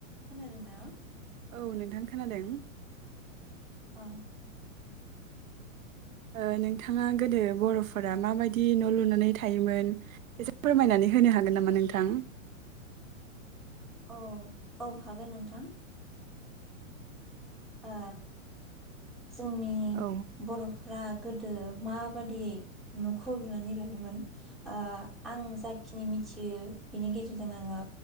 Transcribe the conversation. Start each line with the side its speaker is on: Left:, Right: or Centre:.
Centre: खोनादोंना?
Right: औ नोंथां खोनादों।
Centre: अ‌।
Right: ओ नोंथाङा गोदो बर'फोरा माबायदि न' लुनानै थायोमोन एसे फोरमायनानै होनो हागोन नामा नोंथां?
Centre: अ औ हागोन नोंथां। ओ जोंनि
Right: औ
Centre: बरफ्रा गो दो माबादियै नखौ लुनानै लायोमोन ओ आं जाखिनि मिथियो बिनि गेजेरजों आंङो